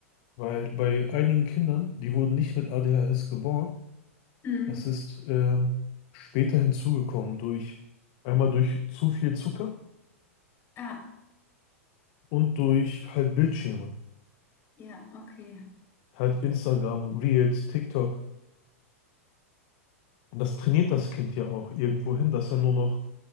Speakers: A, on the left; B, on the left.
A: Weil bei einigen Kindern, die wurden nicht mit ADHS geboren,
B: Hm.
A: das ist ähm, später hinzugekommen durch, einmal durch zu viel Zucker
B: Ah,
A: und durch halt Bildschirme.
B: ja, okay.
A: Halt Instagram, Reels, TikTok. Und das trainiert das Kind ja auch irgendwo hin, dass er nur noch